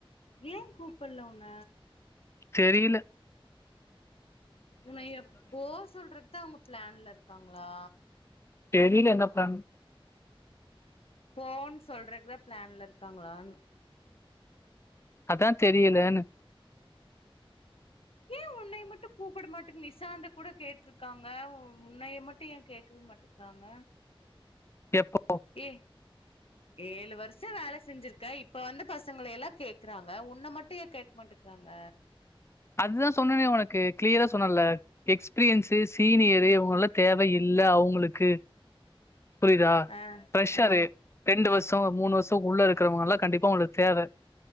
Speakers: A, on the left; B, on the left.
A: ஏன் கூப்பல உன்ன
B: தெரியில
A: உனய போக சொல்றத்தான் அவங்க பிளான்ல இருக்காங்களா
B: தெரியில என்ன பிளான்
A: போன்னு சொல்றக்குதா பிளான்ல இருக்காங்களான்
B: அதான் தெரியலன்னு
A: ஏன் உனய மட்டும் கூப்பிட மாட்டேங்க நிசாந்த கூட கேட்டுருக்காங்க உன்னைய மட்டும் ஏன் கேக்கவே மாட்டேக்கறாங்க
B: எப்போ
A: ஏ ஏழு வருஷம் வேல செஞ்சிருக்க இப்ப வந்து பசங்கள எல்லாம் கேக்குறாங்க உன்ன மட்டும் ஏ கேட்க மாட்டேக்கறாங்க
B: அதுதான் சொன்னனே உனக்கு கிளியரா சொன்னல எக்ஸ்பீரியன்ஸு சீனியரு இவங்க எல்லாம் தேவ இல்ல அவங்களுக்கு புரிதா
A: ஆ
B: ப்ரெஷரு
A: ஆ
B: ரெண்டு வருச வருஷ மூணு வருஷ உள்ள இருக்கு க்கிறவங்க எல்லாம் கண்டிப்பா அவங்களுக்கு தேவ